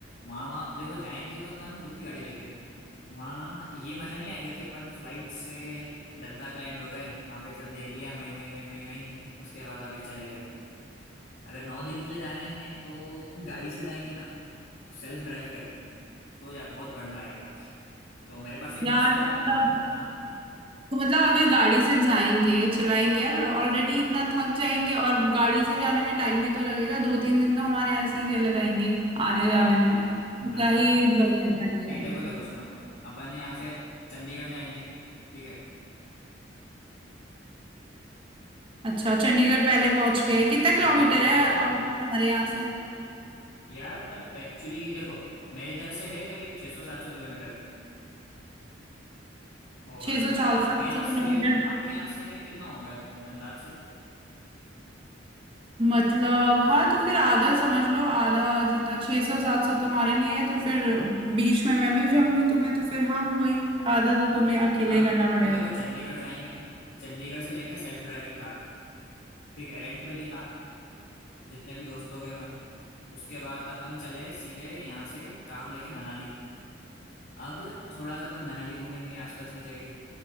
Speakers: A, on the left; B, on the right.
A: वहाँ वहाँ देखो जाएंगे तो अपन खुद की गाड़ी लेके वहाँ ये मजा नहीं आएगा कि अपन फ्लाइट से लद्दाख लैंड हो गए वहाँ पे सब देख लिया वहीं वहीं वहीं वहीं वहीं उसके बाद वापस चले गए अगर नौ दिन के लिए जा रहे हैं तो गाड़ी से जाएंगे ना सेल्फ ड्राइव करके तो जा बहुत बढ़िया आएगा तो मेरे पास एक
B: यार
A: मस्त वाला प्लान
B: तब
A: है हाँ
B: तो मतलब आगे गाड़ी से जाएंगे चलाएंगे यार ऑलरेडी इतना थक जाएंगे और गाड़ी से जाने में टाइम भी तो लगेगा दो तीन दिन तो हमारे ऐसे ही चले जाएंगे आने
A: अरे
B: जाने में तो
A: ना
B: क्या
A: ना
B: ही एंजॉय कर पाएंगे
A: नहीं
B: हम
A: देखो देखो सुनो अपन यहाँ से चंडीगढ़ जाएंगे ठीक है
B: अच्छा चंडीगढ़ पहले पहुंच गए कितना किलोमीटर
A: बिल्कुल
B: है और बस हमारे यहाँ से
A: यार एक्चुअली देखो मेरे इधर से है करीब 600 सौ सात सौ किलोमीटर और
B: छह
A: आपके
B: सौ चार सात
A: यहाँ
B: सौ
A: से
B: किलोमीटर
A: आपके यहाँ से कितना होगा एक अंदाज से
B: मतलब हाँ तो फिर आधा समझ लो आधा जितना छह सौ सात सौ तुम्हारे लिए है तो फिर बीच में मैं मिल जाऊंगी तुम्हें तो फिर हाँ वही आधा तो तुम्हें अकेले
A: हाँ
B: ही करना पड़ेगा
A: तो देखो चंडीगढ़ जाएंगे अपन चंडीगढ़ से लेंगे सेल्फ ड्राइविंग कार ठीक है रेंट पे ली कार जितने भी दोस्त लोग हैं अपन उसके बाद अपन चले सीधे यहाँ से कार लेके मनाली अब थोड़ा सा अपन मनाली घूमेंगे आसपास की जगह